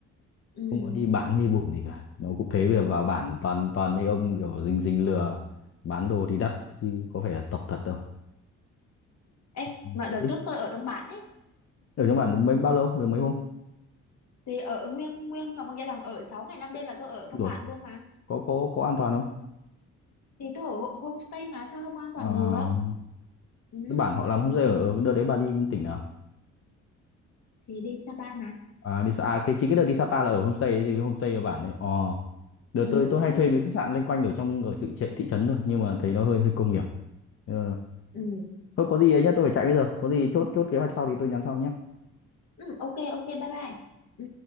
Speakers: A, on the left; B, on the left.
A: ừ.
B: không có đi bán đi bủng gì cả. Nó cũng thế bây giờ vào bản toàn toàn mấy ông kiểu rình rình lừa bán đồ thì đắt chứ có phải là tộc thật đâu.
A: Ê,
B: Ừ.
A: mà đợt
B: Ít.
A: trước tôi ở trong bản ấy.
B: Ở trong bản mấy bao lâu? Được mấy hôm?
A: Thì ở nguyên nguyên cả một giai đoạn ở 6 ngày 5 đêm là tôi ở
B: Rồi,
A: trong bản luôn mà.
B: có có có an toàn không?
A: Thì tôi ở ho- homestay mà sao không an toàn
B: Ờ,
A: được. Ừ,
B: cái bản họ làm homestay ở, ở cái đợt đấy bà đi tỉnh nào?
A: thì đi Sapa mà.
B: À, đi Sa- à cái chính cái đợt đi Sapa là ở homestay ấy, thì homestay ở bản đấy. Ờ. Đợt
A: Ừ,
B: tôi tôi hay
A: ừ,
B: thuê mấy khách sạn loanh quanh ở trong ở thị, thị trấn thôi nhưng mà thấy nó hơi hơi công nghiệp. Ờ,
A: ừ.
B: thôi có gì ấy nhá tôi phải chạy bây giờ có gì chốt chốt kế hoạch sau thì tôi nhắn sau nhé
A: ừ ok ok bye bye ừ